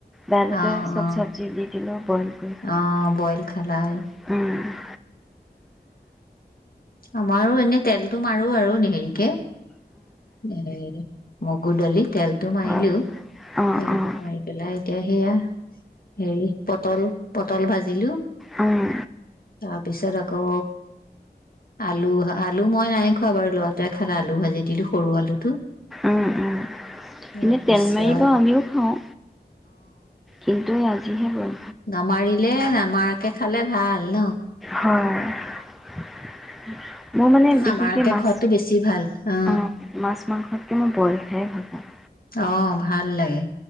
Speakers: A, in the centre; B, on the left.
A: বাইলতে
B: অ
A: চব
B: অ
A: চব্জি দি দিলো বইল কৰি খালো
B: অ বইল খালা
A: উম
B: আমাৰো এনে তেলতটো মাৰো আৰু দেহেৰিকে <unintelligible> মগুডালি তেলটো মাৰিলোও
A: হয় অঁ
B: তেলটো
A: অঁ
B: মাৰি পেলাই এতিয়া সেয়া হেৰি পটল পটল ভাজিলোঁ
A: উম,
B: তাৰপিছত আক আকৌ আলু আলু মই নাই খোৱা বাৰু লৰাটোৱে খালা আলু ভাজি দিলো। সৰু আলুটো
A: উম উম
B: তাৰপিছত
A: এনেই তেল মাৰি বা আমিও খাওঁ কিন্তু এই আজিহে বল
B: নমাৰিলে এ নমাৰাকে খালে ভাল ন
A: হয় উম মোৰ মানে
B: নামাৰাকে
A: বিশেষকৈ মাছ
B: খোৱাতো বেছি ভাল অ
A: অঁ মাছ মাংসত মই বইল খাইে ভাল পাওঁ
B: অ ভাল লাগে